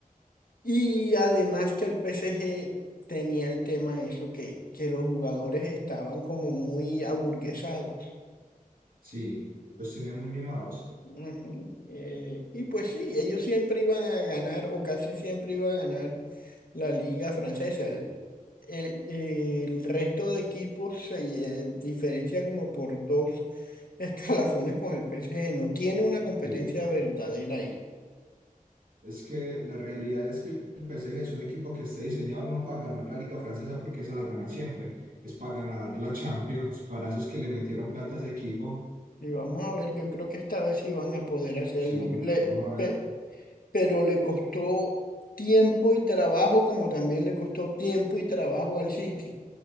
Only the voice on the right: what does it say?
Sí, los tenían muy mimados.
Sí.
Es que la realidad es que el PSG es un equipo que está diseñado no para ganar la Liga Francesa, porque esa la gana siempre, es para ganar la Champions, para esos que le metieron plata a ese equipo.
Sí,
vamos a ver.